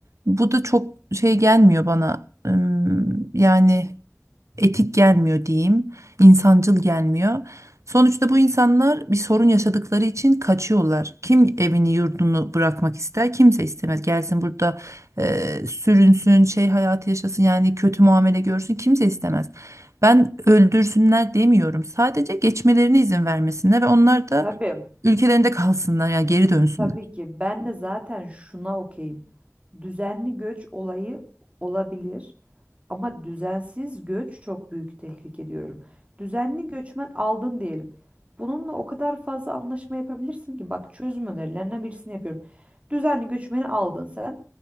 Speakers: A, on the right; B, on the right.
A: bu da çok şey gelmiyor bana. Im, Yani etik gelmiyor diyeyim, insancıl gelmiyor. Sonuçta bu insanlar bir sorun yaşadıkları için kaçıyorlar. Kim evini yurdunu bırakmak ister? Kimse istemez. Gelsin burada e, sürünsün, şey hayatı yaşasın yani kötü muamele görsün kimse istemez. Ben öldürsünler demiyorum. Sadece geçmelerine izin vermesinler ve onlar da
B: Tabii.
A: ülkelerinde kalsınlar yani geri dönsünler.
B: Tabii ki ben de zaten şuna okeyim. Düzenli göç olayı olabilir ama düzensiz göç çok büyük tehlike diyorum. Düzenli göçmen aldın diyelim. Bununla o kadar fazla anlaşma yapabilirsin ki bak çözüm önerilerinden birisini yapıyorum. Düzenli göçmeni aldın sen.